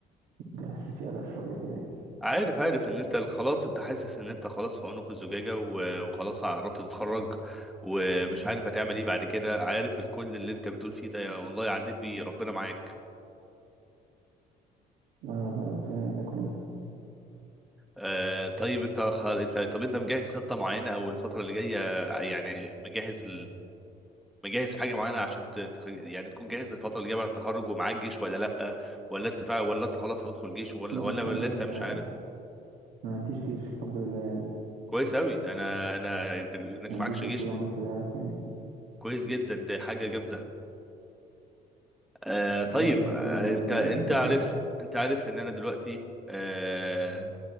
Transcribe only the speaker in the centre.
عارف عارف ان انت خلاص انت حاسس ان انت خلاص في عنق الزجاجة و... وخلاص قربت تتخرج ومش عارف هتعمل ايه بعد كده عارف الكل اللي انت بتقول فيه ده يا والله عديت بيه ربنا معاك
آه طيب انت خ... انت طب انت مجهز خطة معينة او الفترة اللي جاية يعني مجهز مجهز حاجه معينه عشان ت... ت- يعني تكون جاهز الفتره اللي جايه بعد التخرج ومعاك جيش ولا لا ولا انت فا- ولا انت خلاص هتدخل جيش ولا
ولا
لسه
مش عارف
كويس قوي انا انا انك
معكش
جيش
دي
كويس جدا دي حاجه جامده آه طيب
آه
انت انت
عارف
انت عارف ان انا دلوقتي آه